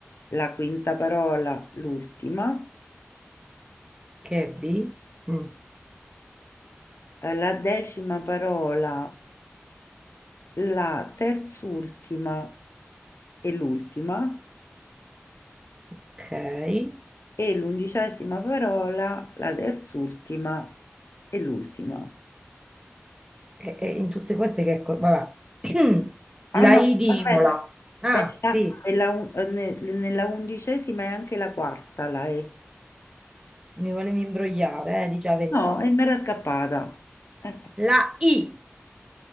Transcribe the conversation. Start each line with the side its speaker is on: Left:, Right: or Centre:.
Left: La quinta parola, l'ultima.
Right: Che è B? Mm,
Left: Eh, La decima parola, la terzultima e l'ultima.
Right: ok, e,
Left: E l'undicesima parola, la terzultima e l'ultima.
Right: e in tutte queste che... co- Vabbè. <clears throat>
Left: Ah
Right: La
Left: no,
Right: I di
Left: aspetta,
Right: Imola. Ah,
Left: nella,
Right: sì.
Left: nella un- eh, ne- nella undicesima è anche la quarta, la E.
Right: Mi volevi imbrogliare, eh, dici la verità.
Left: No, e mi era scappata. Eh,
Right: La I.